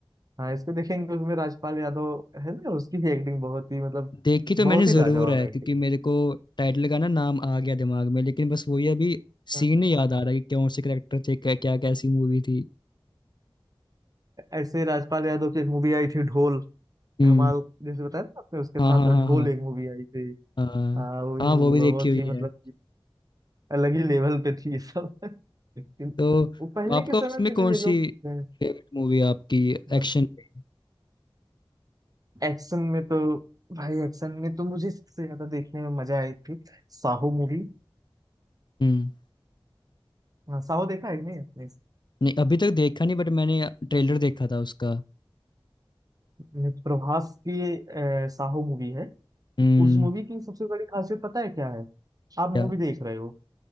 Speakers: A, on the right; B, on the left.
A: हाँ इसको देखेंगे उसमें राजपाल यादव है ना उसकी भी एक्टिंग बहुत ही मतलब
B: देखी तो मैंने
A: बहुत
B: जरूर
A: ही लाजवाब
B: है क्योंकि
A: एक्टिंग
B: मेरे को टाइटल का ना नाम आ गया दिमाग में लेकिन बस वही अभी
A: हाँ।
B: सीन नहीं याद आ रहा कि कौन से करेक्टर थे क्या क्या कैसी मूवी थी
A: ऐसे राजपाल यादव की एक मूवी आई थी ढोल
B: हम्म
A: धमाल जैसे बताया ना आपने उसके
B: हाँ
A: साथ
B: हाँ हाँ
A: ढोल
B: हाँ
A: एक मूवी आई थी
B: हाँ
A: हाँ वो भी
B: हाँ
A: मूवी
B: वो भी
A: बहुत
B: देखी हुई
A: ही मतलब
B: है
A: अलग ही लेवल पे थी ये सब <laughs> लेकिन
B: तो
A: वो पहले
B: आपका
A: के समय
B: उसमें
A: में
B: कौन
A: जो ये
B: सी
A: लोग थे,
B: फेवरेट मूवी आपकी
A: और
B: एक्शन में
A: एक्शन में तो भाई एक्शन में तो मुझे सबसे ज्यादा देखने में मजा आई थी साहो मूवी
B: हम्म
A: हाँ, साहो देखा है कि नहीं आपने
B: नहीं अभी तक देखा नहीं बट मैंने ट्रेलर देखा था उसका
A: ने प्रभास की अ, साहो मूवी है
B: हम्म
A: उस मूवी की सबसे बड़ी खासियत पता है क्या है आप मूवी
B: क्या
A: देख रहे हो